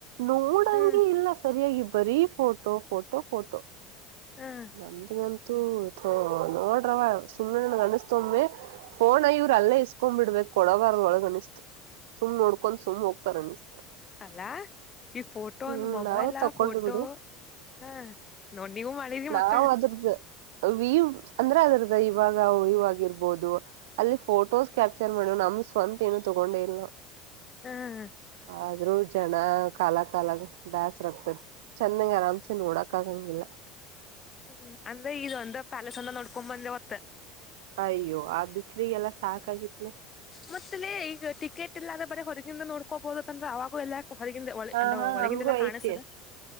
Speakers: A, on the right; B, on the left.
A: ನೋಡಂಗೆ
B: ಹ್ಮ್
A: ಇಲ್ಲಾ ಸರಿಯಾಗಿ ಬರೀ ಫೋಟೋ ಫೋಟೋ. ಫೋಟೋ
B: ಹ್ಮ್
A: ನಂದಗಂತೂ ನೋಡ್ರವ ಸುಮ್ನೆ ನನಗೆ ಅನಿಸ್ತು ಒಮ್ಮೆ ಫೋನ್ ಇವರ್ ಅಲ್ಲೇ ಇಸ್ಕೊ ಕೂಂಬಿಡಬೇಕು ಕೊಡಬಾರದ್ ಒಳಗ ಅನಿಸ್ತ ಸುಮ್ ನೋಡ್ಕೊಂಡ್ ಸುಮ್ ಹೋಗ್ತಾರ ಅನಿಸ್ತ
B: ಅಲ್ಲಾ ಈ ಫೋಟೋ
A: ಹ್ಮ್
B: ಒಂದ್ ಮೊಬೈಲ್
A: ನಾವು ತಕೊಂಡಿ
B: ಫೋಟೋ
A: ಬಿಡು
B: ಹಾ ನೋಡ್ ನೀವು ಮಾಡಿದಿ
A: ನಾವ್
B: ಮತ್ತ
A: ಅದ್ರದ್ದ ವೀವ ಅಂದ್ರೆ ಅದ್ರದ ಅದ ಇವಾಗ ಇವಾಗಿರ್ಬಹುದು ಅಲ್ಲಿ ಫೋಟೋಸ್ ಕ್ಯಾಪ್ಟರ್ ನೊಡು ನಮ್ ಸ್ವಂತ ಏನು ತೊಗೊಂಡೇ ಇಲ್ಲ
B: ಹಾ ಹಾ
A: ಆದ್ರೂ ಜನ ಕಾಲಾಗ್ ಕಾಲಾಗ್ ಬ್ಯಾಸರ್ ಆಗತೈತಿ ಚೆನ್ನಂಗಿ ಆರಾಮಸೆ ನೋಡಾಕ್ ಆಗಾಂಗಿಲ್ಲಾ.
B: ಹ್ಮ ಅಂದ್ರೆ ಇ ಒಂದ ಪ್ಯಾಲೇಸ್ ಅಂದ ನೋಡ್ಕೊ ಬಂದೆ ಹೊತ್ತ
A: ಅಯ್ಯೋ ಆ ಬಿಸಿಲಿಗೆ ಎಲ್ಲಾ ಸಾಕಾಗಿತ್ಲೆ
B: ಮತ್ತ ಲೇ ಈಗ ಟಿಕೆಟ್ ಇಲ್ಲಾದ್ರ ಬರೆ ಹೊರಗಿಂದ ನೋಡ್ಕೋಬಹುದು ಅಂತ ಅಂದ್ರ ಅವಾಗೂ ಎಲ್ಲಾ ಹೊರಗಿಂದ ಒ
A: ಹಾ
B: ಅಂದ್ರ
A: ಹಾ
B: ಒಳಗಿಂದೆಲ್ಲಾ
A: ಹಂಗೂ
B: ಕಾಣಸದ
A: ಐತಿ